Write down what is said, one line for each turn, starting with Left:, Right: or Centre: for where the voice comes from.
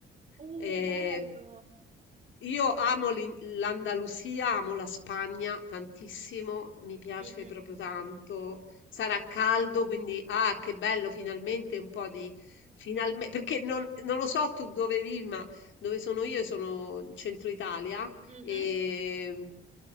Right: Uh,
Left: Eh,
Right: bello.
Left: io amo l'In- l'Andalusia, amo la Spagna tantissimo, mi piace
Right: Mhm.
Left: proprio tanto. Sarà caldo, quindi ah, che bello, finalmente un po' di... finalme- perché non, non lo so tu dove vivi, ma dove sono io, sono in centro Italia.
Right: Mhm.
Left: E,